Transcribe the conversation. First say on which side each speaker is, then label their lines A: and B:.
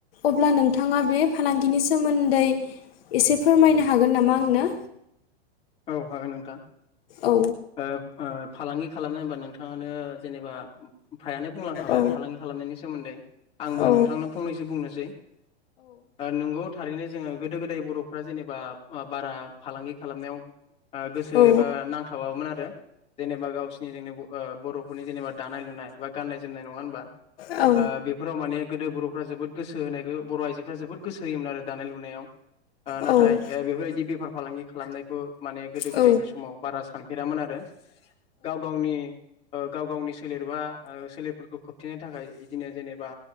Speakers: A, on the left (about 60°); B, on the left (about 15°).
A: अब्ला नों नोंथाङा बे फालांगिनि सोमोन्दै एसे फोरमायनो हागोन नामा आंनो।
B: औ हागोन नोंथां
A: औ
B: ओ ओ फालांगि खालामनो होनबा नोंथाङानो जेनेबा फायानो बुंलांखाबाय
A: औ
B: फालांगि खालामनायनि सोमोन्दै आंबो
A: औ
B: नोंथांनो फंनैसो बुंनोसै आरो नंगौ थारैनो जोङो गोदो गोदाय बर'फ्रा जेनेबा बारा फालांगि खालामनायाव गोसो
A: औ
B: एबा नांथाबाबोमोन आरो जेनेबा गावसिोरनि जोंनि बर' फोरनि जेनेबा दानाय लुनाय बा गाननाय जोमनाय नङा होनबा
A: औ
B: ओ बेफोराव माने गोदो बर'फ्रा जोबोद गोसो होनायखो बर' आइजोफ्रा जोबोद गोसो होयोमोन आरो दानाय लुनायाव ओ नाथाय
A: औ औ
B: ए बेफोरबायदि बेफार फालांगि खालामनायखौ माने गोदो गोदायनि
A: औ
B: समाव बारा सानफेरामोन आरो गाव गावनि ओ गाव गावनि सोलेरबा ओ सोलेरफोरखौ खोबथेनो थाखाय इदिनो जेनेबा